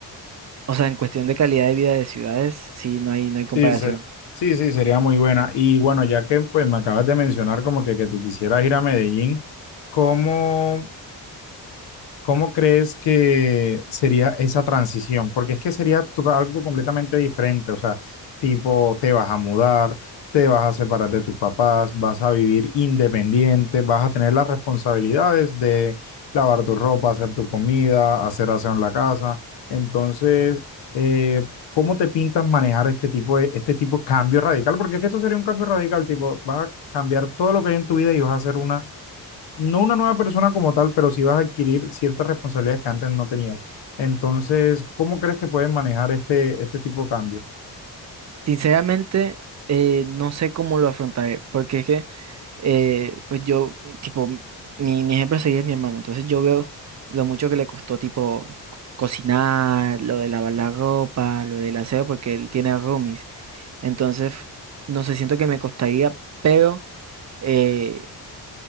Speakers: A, on the right; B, on the left.
A: o sea, en cuestión de calidad de vida de ciudades, sí, no hay, no hay comparación.
B: Sí, se- sí, sí, sería muy buena. Y bueno, ya que pues me acabas de mencionar como que, que te quisieras ir a Medellín, ¿cómo? ¿Cómo crees que sería esa transición? Porque es que sería total- algo completamente diferente, o sea, tipo, te vas a mudar, te vas a separar de tus papás, vas a vivir independiente, vas a tener las responsabilidades de lavar tu ropa, hacer tu comida, hacer aseo en la casa. Entonces, eh, ¿cómo te pintas manejar este tipo de, este tipo de cambio radical? Porque es que esto sería un cambio radical, tipo, vas a cambiar todo lo que hay en tu vida y vas a hacer una no una nueva persona como tal, pero sí vas a adquirir ciertas responsabilidades que antes no tenías. Entonces, ¿cómo crees que puedes manejar este, este tipo de cambio?
A: Sinceramente, eh, no sé cómo lo afrontaré, porque es que, eh, pues yo, tipo, mi, mi ejemplo a seguir es mi hermano, entonces yo veo lo mucho que le costó, tipo, cocinar, lo de lavar la ropa, lo del aseo, porque él tiene roomies. Entonces, no sé, siento que me costaría, pero, eh,